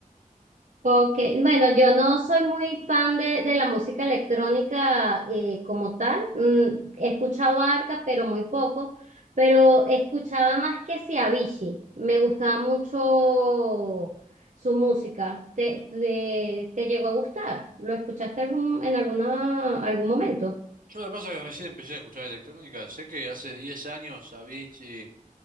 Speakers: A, on the right; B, on the right.
A: Ok, bueno, yo no soy muy fan de, de la música electrónica eh, como tal. Mm, he escuchado Arca, pero muy poco. Pero escuchaba más que si Avicii. Me gustaba mucho su música. ¿Te, te, te llegó a gustar? ¿Lo escuchaste algún, en alguna, algún momento?
B: Yo lo que pasa es que recién empecé a escuchar electrónica. Sé que hace 10 años Avicii